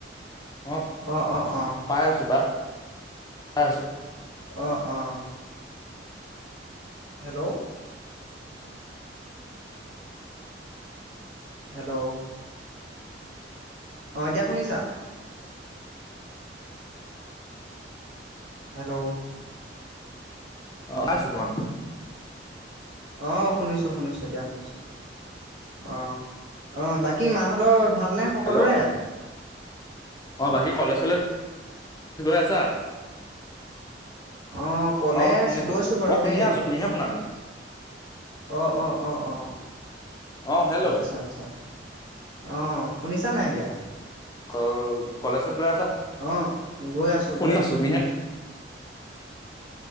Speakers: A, on the left; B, on the right.
A: অ
B: অঁ অঁ অঁ
A: পাই আছো পা ছো।
B: অঁ অ হেল্ল' হেল্ল' অঁ এতিয়া শুনিছা? হেল্ল'
A: অ পাইছো তোমাৰতো।
B: অ শুনিছো শুনিছো এতিয়া শুনিছো, অ অ বাক কি মাহঁতৰ ভালনে সকলোৰে?
A: হেল্ল' অ বাকী কলেজ চলেজ গৈ আছা?
B: অ কলেজ
A: অ অ শুনি আছো
B: গৈছো বাৰু
A: মই শুনিয়ে
B: দেই।
A: আছো তুমিহে শুনা নাই
B: অ অ অ অ
A: অ হেল্ল'
B: আচ্ছা
A: অ
B: আচ্ছা অ শুনিছা নাই এতিয়া?
A: অ উ কলেজত গৈ আছা?
B: অ গৈ আছো
A: শুনি
B: গৈ আছো
A: তুমিহে
B: গৈ আছো।